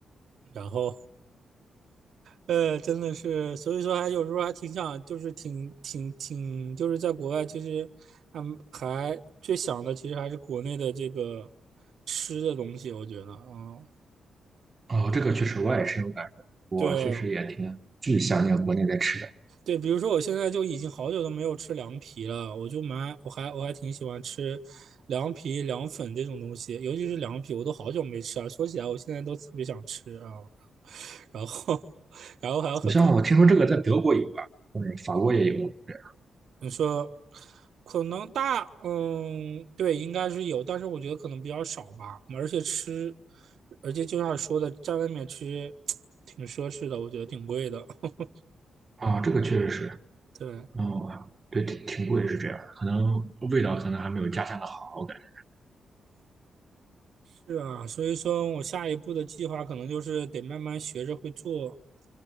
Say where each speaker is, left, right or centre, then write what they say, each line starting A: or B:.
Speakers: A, on the right; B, on the right.
A: 然后呃，真的是，所以说还有时候还挺想，就是挺挺挺，就是在国外，其实还还最想的，其实还是国内的这个吃的东西，我觉得啊，
B: 哦，这个确实我也深有感受，我确实也挺巨想念国内的吃的。
A: 对啊。对，比如说我现在就已经好久都没有吃凉皮了，我就蛮我还我还挺喜欢吃凉皮、凉粉这种东西，尤其是凉皮，我都好久没吃啊。说起来，我现在都特别想吃啊。然后，<laughs> 然后还有很多，
B: 好像我听说这个在德国有吧，嗯，法国也有。对，
A: 你说可能大，嗯，对，应该是有，但是我觉得可能比较少吧。而且吃，而且就像说的，在外面吃 <tsk> 挺奢侈的，我觉得挺贵的。<laughs>
B: 啊、这个确实是，
A: 对，
B: 哦，对，挺挺贵是这样，可能味道可能还没有家乡的好，我感觉。
A: 是啊，所以说我下一步的计划可能就是得慢慢学着会做，